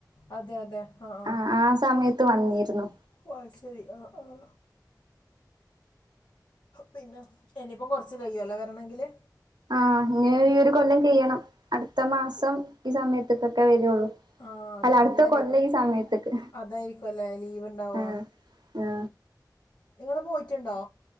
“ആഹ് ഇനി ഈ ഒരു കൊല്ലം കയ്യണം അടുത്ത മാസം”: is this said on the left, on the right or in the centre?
Right